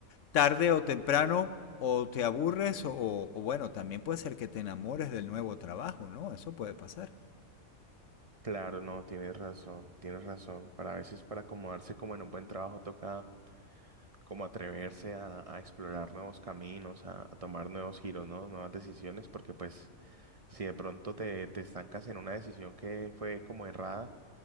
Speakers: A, on the left; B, on the right.
A: tarde o temprano o te aburres o, o bueno, también puede ser que te enamores del nuevo trabajo, ¿no? Eso puede pasar.
B: Claro, no, tienes razón, tienes razón. Para a veces para acomodarse como en un buen trabajo toca como atreverse a, a explorar nuevos caminos, a, a tomar nuevos giros, ¿no? Nuevas decisiones, porque pues Si de pronto te, te estancas en una decisión que fue como errada,